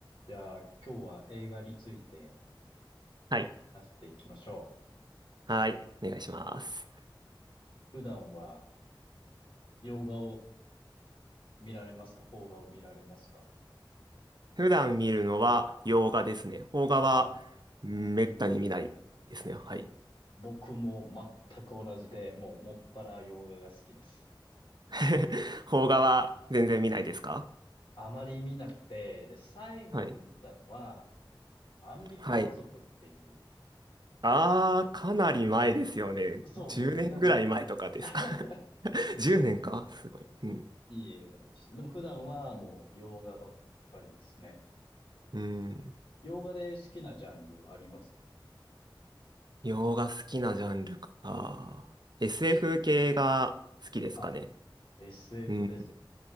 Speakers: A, on the left; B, on the right.
A: じゃあ今日は映画について
B: はい。
A: 話していきましょ
B: はい。お願いします。
A: う。普段は洋画を見られますか邦画を見られますか
B: 普段見るのは洋画ですね。邦画は、
A: あ、
B: うんめったに見ないですね。はい。
A: 僕も全く同じで、もうもっぱら洋画が好きです。
B: <laughs> 邦画は全然見ないですか
A: あまり見なくて、で、最後に見たのは、
B: はい。
A: 万引き家族っていう、
B: はい。あー、かなり前ですよね。
A: そうですね。
B: 10年ぐらい前とかですか
A: でも、<laughs>
B: 10年
A: い
B: <laughs> かすごい。
A: そうですいい映画でした。
B: うん。
A: でも普段はもう洋画ばっかりですね。
B: うん。
A: 洋画で好きなジャンルありますか
B: 洋画好きなジャンルか。SF 系が好きですかね。
A: あ、SF
B: うん。
A: です。